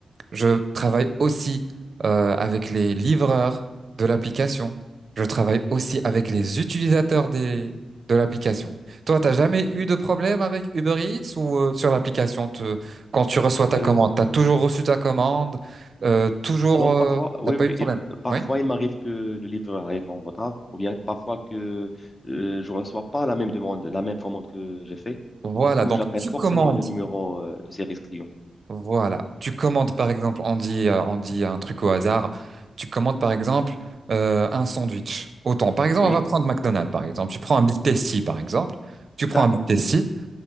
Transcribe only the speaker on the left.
Euh,
Alors parfois,
oui,
oui,
il- parfois
il m'arrive que le livreur arrive en retard, ou bien parfois que euh, je ne reçois pas la même demande, la même commande que j'ai fait.
Du coup,
j'appelle
forcément
le numéro euh, de service client.
Oui,
d'accord.